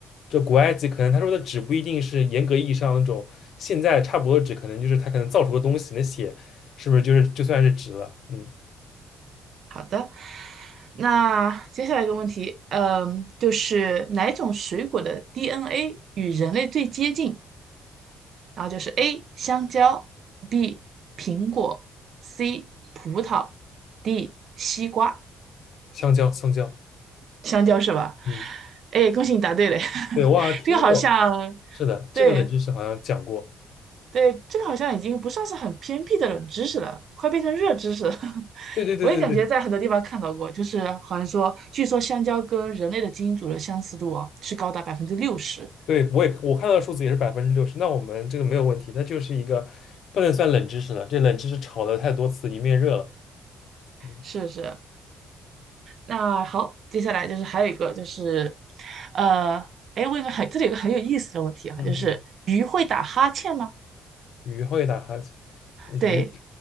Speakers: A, on the left; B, on the right.
A: 这古埃及可能他说的纸不一定是严格意义上那种现在差不多的纸，可能就是他可能造出的东西，那血是不是就是就算是纸了？嗯，
B: 好的，那接下来一个问题，嗯，就是哪种水果的 DNA 与人类最接近？然后就是 A 香蕉，B 苹果，C 葡萄，D 西瓜。
A: 香蕉，香蕉，
B: 香蕉是吧？
A: 嗯，
B: 哎，恭喜你答对了。<laughs>
A: 对，我好像听过，
B: 这个好像，
A: 是的，
B: 对
A: 这个冷知识好像讲过。
B: 对，这个好像已经不算是很偏僻的冷知识了，快变成热知识了。<laughs>
A: 对对对对对
B: 我也感觉在很多地方看到过，就是好像说，据说香蕉跟人类的基因组的相似度啊，是高达百分之六十。
A: 对，我也我看到的数字也是百分之六十，那我们这个没有问题，它就是一个不能算冷知识了，这冷知识炒的太多次，你面热了。嗯
B: 是是，那好，接下来就是还有一个就是，呃，哎，问一个很，这里有个很有意思的问题啊，
A: 嗯。
B: 就是鱼会打哈欠吗？
A: 嗯鱼会打哈欠，呃鱼
B: 对，